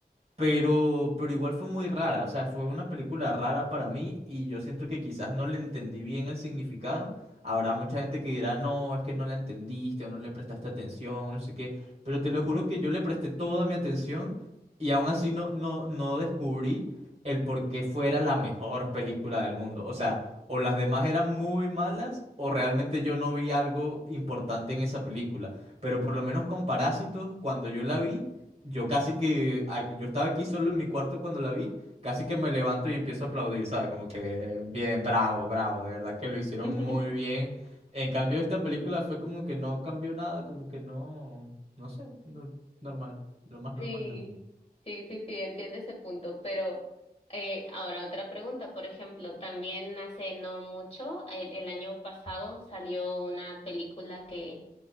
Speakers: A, on the right; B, on the left.
A: pero, pero igual fue muy rara, o sea, fue una película rara para mí y yo siento que quizás no le entendí bien el significado. Habrá mucha gente que dirá, no, es que no la entendiste o no le prestaste atención o no sé qué, pero te lo juro que yo le presté toda mi atención y aún así no, no, no descubrí el por qué fuera la mejor película del mundo. O sea, o las demás eran muy malas o realmente yo no vi algo importante en esa película. Pero por lo menos con Parásitos, cuando yo la vi... Yo casi que, a- yo estaba aquí solo en mi cuarto cuando la vi, casi que me levanto y empiezo a aplaudir, ¿sabes? Como que bien, bravo, bravo, de verdad que lo hicieron
B: <laughs>
A: muy bien. En cambio, esta película fue como que no cambió nada, como que no, no sé, no- normal, lo más normal
B: Sí,
A: del mundo.
B: sí, sí, sí, entiendo ese punto, pero eh, ahora otra pregunta, por ejemplo, también hace no mucho, el, el año pasado salió una película que